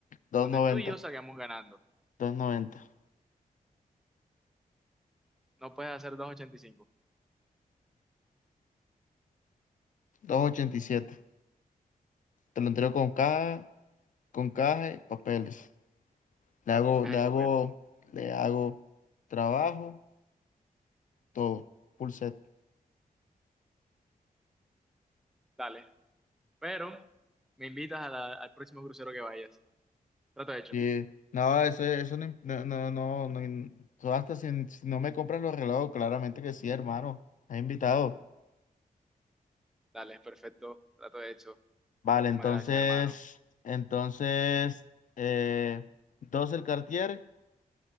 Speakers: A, on the left; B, in the centre.
A: doscientos
B: donde
A: noventa
B: tú y yo salgamos ganando.
A: doscientos noventa
B: No puedes hacer 2.85.
A: doscientos ochenta y siete Te lo entrego con caja, con caja y papeles. Le hago,
B: Caja
A: le hago,
B: y papeles.
A: le hago trabajo, todo, full set.
B: Dale. Pero me invitas a la- al próximo crucero que vayas. Trato hecho.
A: Y no, eso, eso no, im- no, no, no, no im- tú hasta si, si no me compras los relojes, claramente que sí, hermano. Has invitado.
B: Dale, perfecto. Trato hecho.
A: Vale,
B: Muchísimas
A: entonces,
B: gracias, hermano.
A: entonces, eh, 12 el Cartier,